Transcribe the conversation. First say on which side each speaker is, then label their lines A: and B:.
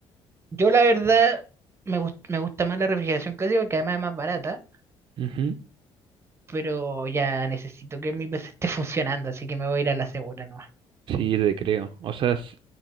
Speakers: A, on the right; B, on the right.
A: Yo la verdad me, gust- me gusta más la refrigeración clásica porque además es más barata,
B: Ujú.
A: pero ya necesito que mi PC esté funcionando, así que me voy a ir a la segura nomás.
B: Sí, te creo. O sea, s-